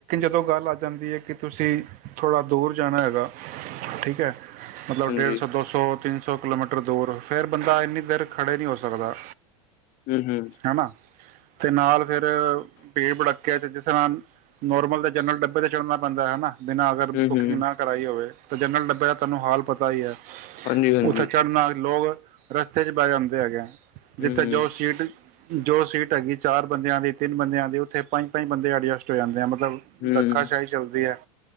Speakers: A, on the right; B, on the left.
A: ਜਦੋਂ ਗੱਲ ਆ ਜਾਂਦੀ ਹੈ ਕਿ ਤੁਸੀਂ ਥੋੜਾ ਦੂਰ ਜਾਣਾ ਹੈਗਾ ਠੀਕ ਹੈ, ਮਤਲਬ
B: ਹਾਂਜੀ
A: ਡੇਢ ਸੌ ਦੋ ਸੌ ਤਿੰਨ ਸੌ ਕਿਲੋਮੀਟਰ ਦੂਰ ਫਿਰ ਬੰਦਾ ਇੰਨੀ ਦੇਰ ਖੜੇ ਨਹੀਂ ਹੋ ਸਕ ਹੋ ਸਕਦਾ।
B: ਹੂੰ ਹੂੰ
A: ਹੈ ਨਾ ਤੇ ਨਾਲ ਫਿਰ ਭੀੜ ਭੜੱਕਿਆ ਚ ਜਿਸ ਤਰ੍ਹਾਂ ਨੋਰਮਲ ਤੇ ਜਨਰਲ ਡੱਬੇ ਤੇ ਚੱੜਨਾ ਪੈਂਦਾ ਹਨਾ, ਬਿਨਾਂ ਅਗਰ
B: ਹਮ
A: ਬੁਕਿੰਗ
B: ਹਮ ਹਮ
A: ਨਾ ਕਰਾਈ ਹੋਵੇ। ਤੇ ਜਨਰਲ ਡੱਬੇ ਦਾ ਤੁਹਾਨੂੰ ਹਾਲ ਪਤਾ ਹੀ ਹੈ।
B: ਹਾਂਜੀ ਹਾਂਜੀ
A: ਉੱਥੇ ਚੜਨਾ ਲੋਗ ਰਸਤੇ ਚ ਬੈ ਜਾਉਂਦੇ ਹੈਗੇ ਨੇ। ਜਿੱਥੇ
B: ਹਮ ਹਮ
A: ਜੋ ਸੀਟ ਜੋ ਸੀਟ ਹੈਗੀ ਚਾਰ ਬੰਦਿਆਂ ਦੀ ਤਿੰਨ ਬੰਦਿਆਂ ਦੀ ਉੱਥੇ ਪੰਜ ਪੰਜ ਬੰਦੇ ਐਡਜਸਟ ਹੋ ਜਾਂਦੇ ਆ। ਮਤਲਬ ਮਤਲਬ
B: ਹਮ
A: ਧੱਕਾਸ਼ਾਹੀ ਚੱਲਦੀ ਹੈ।